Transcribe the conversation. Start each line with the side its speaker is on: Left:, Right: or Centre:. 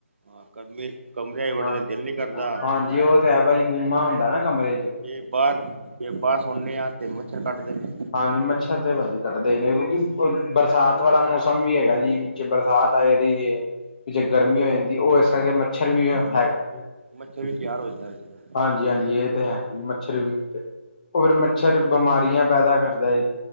Right: ਹਾਂ ਕਮਰੇ ਕਮਰਿਆਂ ਚ ਵੜਨ
Left: ਹਾਂ,
Right: ਦਾ ਦਿਲ ਨੀ ਕਰਦਾ।
Left: ਹਾਂਜੀ, ਉਹ ਤੇ ਹੈ
Right: ਅੱਗੋਂ
Left: ਭਾਜੀ ਗੁੰਮਾ ਹੁੰਦਾ ਨਾ ਕਮਰੇ'ਚ।
Right: ਜੇ ਬਾਹਰ, ਜੇ ਬਾਹਰ ਸੋਨੇ ਆ ਤਾਂ ਮੱਛਰ ਕਾਟਦੇ ਨੇ।
Left: ਹਾਂਜੀ, ਮੱਛਰ ਤੇ ਭਾਜੀ ਕੱਟਦੇ ਨੇ, ਕਿਉਂਕਿ ਬਰਸਾਤ ਵਾਲਾ ਮੌਸਮ ਵੀ ਹੈਗਾ ਜੀ। ਵਿੱਚੇ ਬਰਸਾਤ ਆ ਜਾਂਦੀ ਦੇ,
Right: ਕਿਉਂਕਿ
Left: ਵਿੱਚੇ ਗਰਮੀ
Right: ਚ
Left: ਹੋ ਜਾਂਦੀ ਉਹ ਇਸ ਕਰਕੇ ਮੱਛਰ ਵੀ ਹੈਗਾ।
Right: ਮੱਛਰ ਵੀ ਤਿਆਰ ਹੋ ਜਾਂਦੈ
Left: ਹਾਂਜੀ-ਹਾਂਜੀ, ਏ ਤੇ ਹੈ। ਮੱਛਰ ਵੀ ਉਥੇ ਹੋਰ ਮੱਛਰ ਬਮਾਰੀਆਂ ਪੈਦਾ ਕਰਦੈ ਜੀ